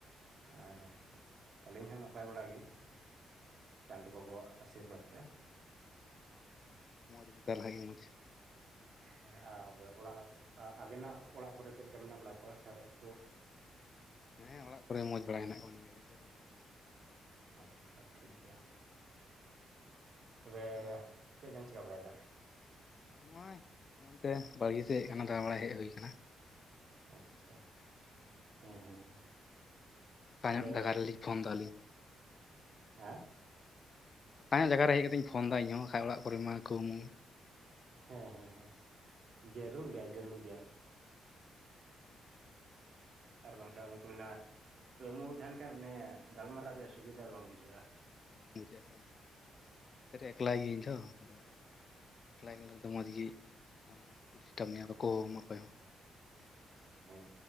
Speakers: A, on the right; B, on the left.
A: ᱟᱨ ᱟᱹᱞᱤᱧ ᱦᱚᱸ ᱱᱟᱯᱟᱭ ᱵᱟᱲᱟ ᱜᱮ <inaudible> ᱪᱟᱸᱫᱚ ᱵᱟᱵᱟᱣᱟᱜ ᱟᱥᱤᱨᱵᱟᱫᱽ ᱛᱮ ᱾
B: <inaudible> ᱢᱚᱡᱽ ᱛᱟᱦᱮ ᱞᱮᱠᱷᱟᱱ ᱜᱮ ᱢᱚᱡᱽ ᱾
A: ᱦᱮᱸ ᱟᱨ ᱚᱲᱟᱜ ᱟᱵᱮᱱᱟᱜ ᱚᱲᱟᱜ ᱠᱚᱨᱮ ᱪᱮᱫ ᱞᱮᱠᱟ ᱢᱮᱱᱟᱜ ᱵᱟᱲᱟ ᱠᱚᱣᱟ ᱥᱟᱨᱮᱡ ᱠᱩ?
B: ᱦᱮᱸ ᱚᱲᱟᱜ ᱠᱚᱨᱮ ᱢᱚᱸᱡᱽ ᱵᱟᱲᱟ ᱦᱮᱱᱟᱜ ᱠᱚᱣᱟ <unintelligible>
A: <inaudible> ᱟᱪᱪᱷᱟ ᱴᱷᱤᱠ ᱜᱮᱭᱟ ᱾ <inaudible> ᱛᱚᱵᱮᱻ
B: ᱟᱫᱚ
A: ᱪᱮᱫ ᱵᱮᱱ ᱪᱮᱠᱟ ᱵᱟᱲᱟᱭᱮᱫᱟ?
B: ᱱᱚᱜᱼᱚᱭ ᱮᱢᱚᱱᱛᱮ ᱵᱟᱲᱜᱤ ᱥᱮᱡ ᱦᱮᱡ ᱟᱠᱟᱱᱟ ᱫᱟᱲᱟ ᱵᱟᱲᱟᱭ ᱦᱮᱡ ᱦᱩᱭ ᱟᱠᱟᱱᱟ ᱾
A: ᱟᱪᱪᱷᱟ <inaudible> ᱦᱮᱸ ᱦᱮᱸ ᱦᱮᱸ ᱾
B: ᱯᱷᱟᱸᱠᱟ
A: <inaudible> ᱛᱚᱵᱮᱻ
B: ᱧᱚᱜ ᱡᱟᱭᱜᱟ ᱨᱮᱞᱤᱧ ᱯᱷᱳᱱ ᱮᱫᱟ ᱟᱹᱞᱤᱧ
A: <inaudible> ᱦᱮᱸ
B: ᱟᱭᱟᱜ ᱡᱟᱭᱜᱟ ᱨᱮ ᱦᱮᱡ ᱠᱟᱛᱮᱧ ᱯᱷᱳᱱ ᱮᱫᱟ ᱤᱧ ᱦᱚᱸ ᱵᱟᱠᱷᱟᱡ ᱚᱲᱟᱜ ᱠᱚᱨᱮᱢᱟ ᱠᱟᱹᱣᱢᱟᱹ
A: ᱦᱮᱸ ᱦᱮᱸ ᱦᱮᱸ <inaudible> ᱡᱟᱹᱨᱩᱲ
B: ᱚᱱᱟᱛᱮ
A: ᱜᱮᱭᱟ
B: ᱯᱷᱟᱸᱠᱟ
A: ᱡᱟᱹᱨᱩᱲ
B: ᱧᱚᱜ
A: ᱜᱮᱭᱟ ᱾ ᱟᱨ ᱵᱟᱝᱠᱷᱟᱱ ᱚᱱᱮ ᱠᱚ ᱢᱮᱱᱟ ᱠᱟᱹᱣᱢᱟᱹᱣ ᱛᱟᱦᱮᱱ ᱠᱷᱟᱱ ᱟᱱᱮ ᱜᱟᱞᱢᱟᱨᱟᱣ ᱨᱮᱭᱟᱜ ᱥᱩᱵᱤᱫᱷᱟ ᱵᱟᱝ ᱵᱩᱡᱷᱟᱹᱜᱼᱟ ᱾
B: <unintelligible> <inaudible> <unintelligible> ᱮᱠᱞᱟᱜ ᱜᱤᱭᱟᱹᱧ ᱛᱚ ᱟᱫᱚ ᱮᱠᱞᱟ ᱮᱠᱞᱟ ᱨᱮᱫᱚ ᱢᱚᱡᱽ ᱜᱮ <inaudible> ᱜᱟᱞᱢᱟᱨᱟᱣ ᱠᱚ ᱰᱤᱥᱴᱟᱵᱽ <unintelligible>
A: ᱦᱮᱸ